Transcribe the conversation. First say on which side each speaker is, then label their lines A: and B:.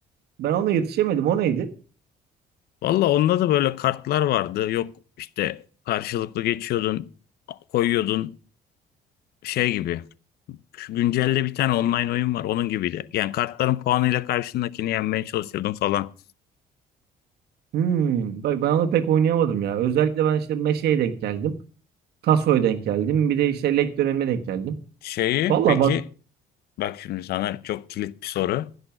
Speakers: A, on the right; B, on the left.
A: Ben ona yetişemedim. O neydi?
B: Valla onda da böyle kartlar vardı. Yok işte karşılıklı geçiyordun, koyuyordun şey gibi. Şu güncelde bir tane online oyun var onun gibiydi. Yani kartların puanıyla karşındakini yenmeye çalışıyordun falan.
A: Hmm, bak ben onu pek oynayamadım ya. Özellikle ben işte Meşe'ye denk geldim. Taso'ya denk geldim. Bir de işte Lek dönemine denk geldim.
B: Şeyi
A: Valla
B: peki
A: bak
B: bak şimdi sana çok kilit bir soru.